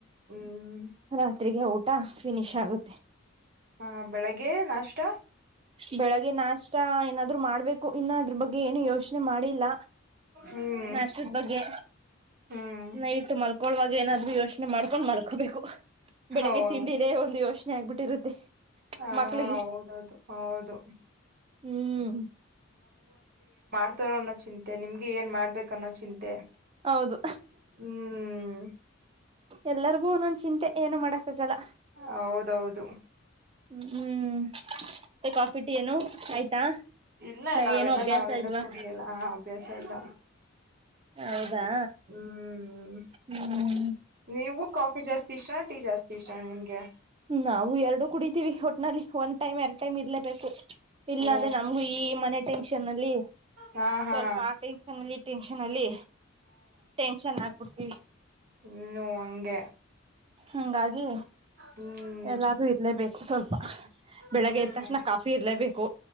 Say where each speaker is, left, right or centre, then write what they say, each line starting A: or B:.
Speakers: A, on the right (about 45°); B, on the right (about 25°).
A: ಹ್ಮ್
B: ರಾತ್ರಿಗೆ ಊಟ ಫಿನಿಶ್ ಆಗುತ್ತೆ.
A: ಹಾ ಬೆಳಗ್ಗೆ ನಾಷ್ಟ.
B: ಬೆಳಗ್ಗೆ ನಾಷ್ಟ ಏನಾದ್ರು ಮಾಡ್ಬೇಕು. ಇನ್ನ ಅದ್ರ ಬಗ್ಗೆ ಏನು ಯೋಚನೆ ಮಾಡಿಲ್ಲ.
A: ಹ್ಮ್
B: ನಾಷ್ಟದ ಬಗ್ಗೆ
A: ಹ್ಮ್
B: ನೈಟ್ ಇಟ್ಟು ಮಲ್ ಅಳುವಾಗ ಏನಾದ್ರೂ ಯೋಚನೆ ಮಾಡ್ಕೊಂಡ್ ಮಲಕೊಬೇಕು. ಬೆಳಿಗ್ಗೆ
A: ಹೌದು
B: ತಿಂಡಿದೆ ಒಂದುಷ್ಟು. ಆಗ್ಬಿಟ್ಟಿರುತ್ತೆ.
A: ಹಾ,
B: ಮಕ್ಳಿಗೆ
A: ಹೌದೌದು. ಹೌದು.,
B: ಹ್ಮ್.,
A: ಹತಾರೋ ಅನ್ನೋ ಚಿಂತೆ ನಿಮ್ಗೆ ಏನ್ ಮಾಡ್ಬೇಕು ಅನ್ನೋ ಚಿಂತೆ.
B: ಹೌದು.
A: ಹ್ಮ್
B: ಎಲ್ಲರ ಹ ನು ಚಿಂತೆ. <unintelligible> ಏನು ಮಾಡಕ್ಕಾಗಲ್ಲ.
A: ಹೌದೌದು
B: ಹ್ಮ್, ಹ್ಮ್ ಮತ್ತೆ ಕಾಫಿ, ಟೀ ಏನು ಆಯ್ತಾ.
A: ಇಲ್ಲ, ಇಲ್ಲ
B: ಏನು
A: ಅವೆಲ್ಲ
B: ಅಭ್ಯಾಸ
A: ನಾವೇನು
B: ಇಲ್ವಾ
A: ಕುಡಿಯಲ್ಲ ಅಭ್ಯಾಸ ಇಲ್ಲ.
B: ಹೌದಾ...
A: ಹ್ಮ್
B: ಹ್ಮ್
A: ನೀವು ಕಾಫಿ ಜಾಸ್ತಿ ಚಾ, ಟಿ ಜಾಸ್ತಿ ಇಷ್ಟಾನ ನಿಮ್ಗೆ.,
B: ನಾವು ಎರಡುಕುಡಿತೀವಿ ಒಟ್ನಲ್ಲಿ ಒನ್ ಟೈಮ್ ಎರಡ್ ಟೈಮ್ ಇರ್ಲೇಬೇಕು. -ಇಲ್ಲ
A: ಓ
B: ಅಂದ್ರೆ ನಮ್ಗೂ ಈ ಮನೆ ಟೆನ್ಕ್ಷನ್ ಅಲ್ಲಿ
A: ಹಾ ಹಾ
B: ಸ್ವಲ್ಪ ಆ ಟೆನ್ಅಲ್ಲಿ. ಟೆನ್ಕ್ಷನ್ ಅಲ್ಲಿ ಟೆನ್ಷನ್ ಆಗ್ಬು ಹ. <inaudible>
A: ಹ್ಮೂ, ಹಂಗೆ.
B: ಹಂಗಾಗಿ
A: ಹ್ಮ್
B: ಎಲ್ಲಾರೂ ಇರಲೇಬೇಕು. ಹೊಲ್. <inaudible> ಬೆಳಗ್ಗೆ
A: ಹ್ಮ್
B: ಎದ್ ತಕ್ಷಣ ಕಾಫಿ ಇರ್ಲೇಬೇಕು.